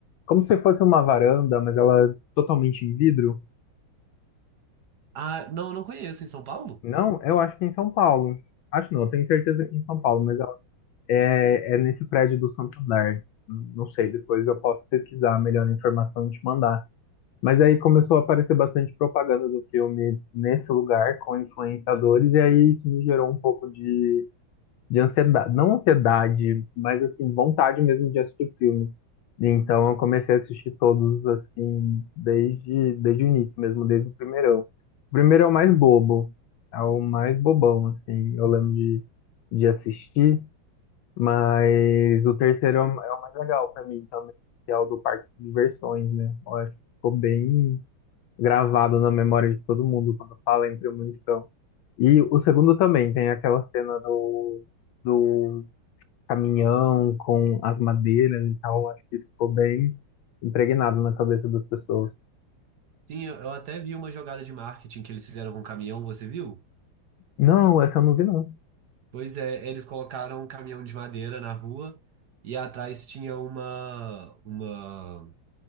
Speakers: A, on the left (about 75°); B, on the right (about 60°).
A: Como se fosse uma varanda, mas ela é totalmente em vidro.
B: Ah, não, não conheço em São Paulo?
A: Não, eu acho que é em São Paulo. Acho não, eu tenho certeza que é em São Paulo, mas ela- é, é nesse prédio do Santander. Não sei, depois eu posso pesquisar a melhor informação e te mandar. Mas aí começou a aparecer bastante propaganda do filme nesse lugar com influenciadores, e aí isso me gerou um pouco de de ansiedade, não ansiedade, mas assim, vontade mesmo de assistir filme. Então eu comecei a assistir todos assim, desde, desde o início mesmo, desde o primeirão. O primeiro é o mais bobo, é o mais bobão, assim, eu lembro de, de assistir, mas o terceiro é o, é o mais legal pra mim também, que é o do parque de diversões, né? Eu acho que ficou bem, gravado na memória de todo mundo quando fala em premonição. E o segundo também tem aquela cena do, do caminhão com as madeiras e tal. Acho que isso ficou bem impregnado na cabeça das pessoas.
B: Sim, eu eu até vi uma jogada de marketing que eles fizeram com um caminhão, você viu?
A: Não, essa eu não vi, não.
B: Pois é, eles colocaram um caminhão de madeira na rua e atrás tinha uma, uma,